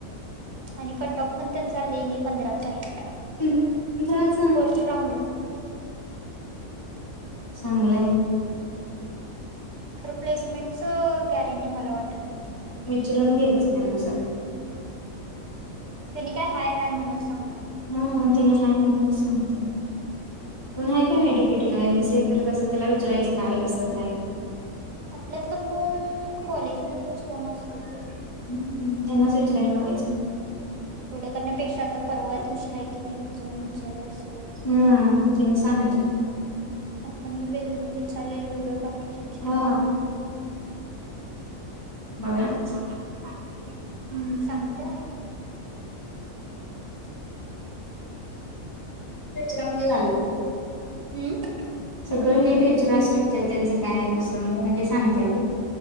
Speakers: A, on the right (about 40°); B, on the left (about 20°).
A: आणि कट टॉप पण त्यां चाललेणे पंधराच आहे
B: ह
A: फोर्थ राऊंड ला
B: चांगलंय
A: खरं प्लेसमेंटच गॅरंटी मला वाटत नाही ति
B: विचरून घ्यायचं त्यांना सगळं
A: त्यांनी काय हाय हाय म्हणूनच सांगणार आहे
B: हा
A: त्यांनी थोडीच
B: तेने हाय
A: नाही बोलणार
B: मला सांगत कोण ह काय एड्युकेटेड एमसीए करत असल त्याला विचायचं काय कसं आहेय
A: आपल्यातलं कोण कॉलेज मधलच कोण असल तर
B: ह् त्यांनाच विचारयला हच
A: तेवढ करण्यापेक्षा आता परवा दिवशी आहे की बा जाऊन विचारलं सग
B: हम्म ते म सांगते
A: आपण वेग विचारलेलं वेगळं बाकीचे विचारले
B: हा बरं
A: म हां हम् सांगितत
B: च म्हजे घाल
A: हम्म
B: सगळं नीट विचर स्ट्रक्चर त्यांचं काय कसं म्हणजे सांगते क